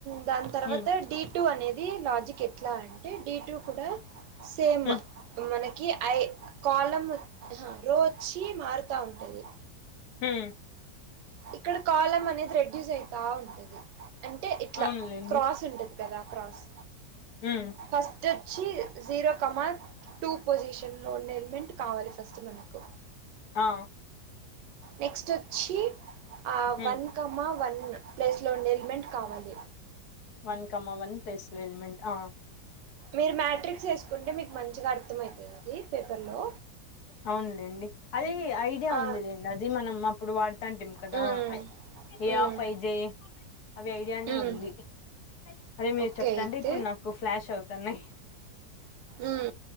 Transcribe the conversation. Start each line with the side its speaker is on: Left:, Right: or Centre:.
Right: దాని తర్వాత
Left: ఉమ్
Right: డి టు అనేది లాజిక్ ఎట్లా అంటే డి టూ కూడా సేమ్
Left: ఉమ్
Right: మనకి ఐ కాలం రోచ్చి మారుతా ఉంటది
Left: ఉమ్
Right: ఇక్కడ కాలం అనేది రెడ్యూస్ అయితా ఉంటది అంటే ఇట్లా
Left: అవునులేండి
Right: క్రాస్ ఉంటది కదా క్రాస్
Left: ఉమ్
Right: ఫస్ట్ టచి వచ్చి జీరో కామా టూ పొజిషన్ లో ఉండే ఎల్మెంట్ కావాలి ఫస్ట్ మనకు
Left: ఆ
Right: నెక్స్ట్ వచ్చి ఆ
Left: ఉమ్
Right: వన్ కామ వన్ ప్లేస్ లో ఎల్మెంట్ కావాలి
Left: వన్ కామా వన్ ప్లేస్ లో ఎల్మెంట్ ఆ
Right: మీరు మ్యాట్రిక్స్ వేసుకుంటే మీకు మంచిగా అర్థం అవుతుంది అది పేపర్లో
Left: అవునులేండి అది ఐడియా
Right: ఆ
Left: ఉందిలేండి అది మనం అప్పుడు వాడు అంటిమి కదా
Right: హ్మ్
Left: ఏ
Right: హ్మ్
Left: ఆఫ్ అయిజయి అవి ఐడియానే
Right: హ్మ్
Left: ఉంది అదే మీరు
Right: ఓకే
Left: చెప్తంటే
Right: అయితే
Left: ఇప్పుడు నాకు ఫ్లాష్ అవుతున్నాయి
Right: ఉం